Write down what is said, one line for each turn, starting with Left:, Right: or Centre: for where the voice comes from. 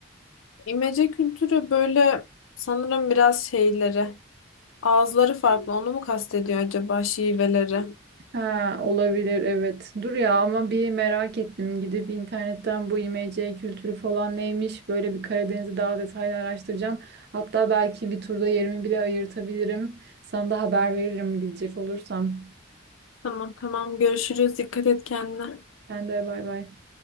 Left: İmece kültürü böyle sanırım biraz şeyleri. Ağızları farklı. Onu mu kastediyor acaba şiveleri?
Right: Ha, olabilir evet. Dur ya ama bir merak ettim. Gidip internetten bu IMC kültürü falan neymiş böyle bir Karadeniz'i daha detaylı araştıracağım. Hatta belki bir turda yerimi bile ayırtabilirim. Sana da haber veririm gidecek olursam.
Left: Tamam tamam görüşürüz. Dikkat et kendine.
Right: Sen de bay bay.